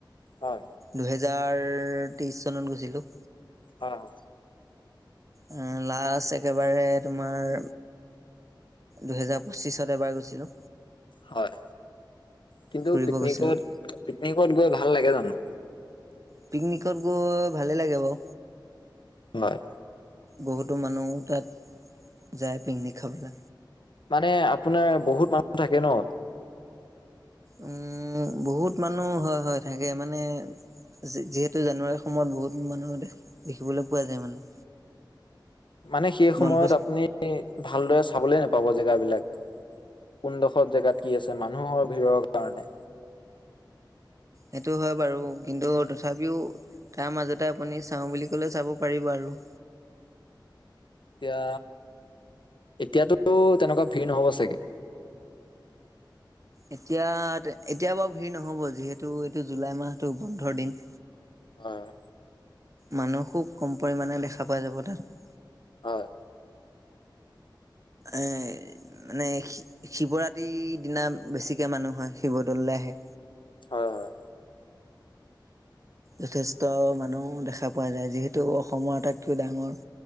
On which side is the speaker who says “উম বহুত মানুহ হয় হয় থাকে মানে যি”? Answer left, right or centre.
Right